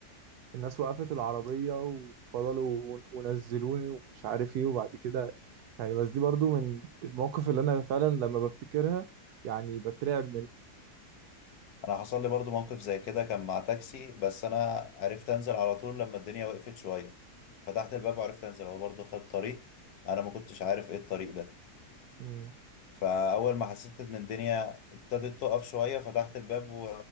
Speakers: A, on the right (about 75°); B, on the left (about 70°).
A: الناس وقفت العربيه وفضلوا ونزلوني ومش عارف ايه وبعد كده يعني بس دي برضو من المواقف اللي انا فعلا لما بفتكرها يعني بترعب منها
B: أنا حصل لي برضو موقف زي كده كان مع تاكسي بس أنا عرفت أنزل على طول لما الدنيا وقفت شوية فتحت الباب وعرفت أنزل هو برضو خد طريق أنا ما كنتش عارف إيه الطريق ده
A: مم.
B: فأول ما حسيت إن الدنيا ابتدت تقف شوية فتحت الباب و...